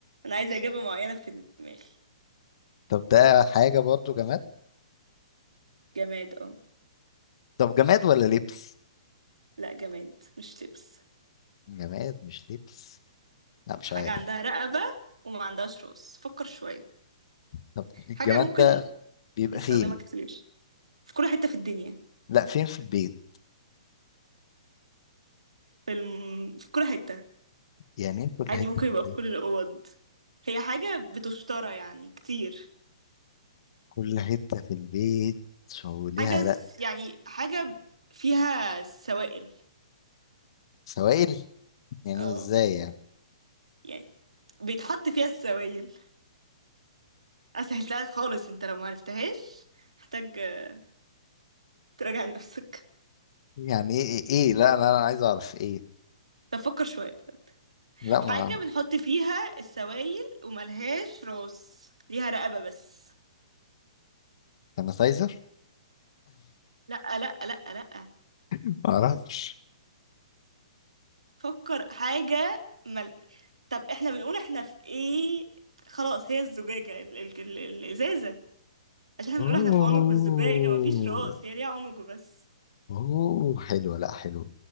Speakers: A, on the right; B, on the left.
A: انا عايزة إجابة معينة في دماغي
B: طب ده حاجة برضو جماد
A: جماد اه
B: طب جماد ولا لبس؟
A: لا جماد مش لبس
B: جماد مش لبس لا
A: أو
B: مش
A: حاجة
B: عارف
A: عندها رقبة وما عندهاش راس فكر شوية
B: طب الجماد
A: حاجة ممكن
B: ده بيبقى
A: نستخدمها
B: فين؟
A: كتير في كل حتة في الدنيا
B: لا فين في البيت
A: في, الم... في كل حتة
B: يعني ايه كل
A: عادي
B: حتة
A: ممكن
B: في
A: يبقى
B: البيت
A: في كل الأوض هي حاجة بتشترى يعني كتير
B: كل حتة في البيت وليها
A: حاجة
B: رق
A: س- يعني حاجة فيها سوائل
B: سوائل يعني
A: اه
B: ازاي يعني
A: يعني بيتحط فيها السوائل اسهلتها خالص انت لو معرفتهاش محتاج آه، تراجع نفسك
B: يعني ايه ايه, إيه؟ لا انا أنا عايز اعرف ايه
A: طب فكر شوية
B: لا ما
A: حاجة بنحط فيها السوائل وملهاش راس ليها رقبة بس
B: سانيتايزر
A: لأ لأ لأ لأ
B: ما اعرفش
A: فكر حاجة مل... طب احنا بنقول احنا في ايه خلاص هي الزجاجة ال... ال... ال... الإزازة عشان احنا
B: اوه
A: بنقول احنا في عنق الزجاجة مفيش راس هي ليها عنق بس
B: اوه حلوة لا حلوة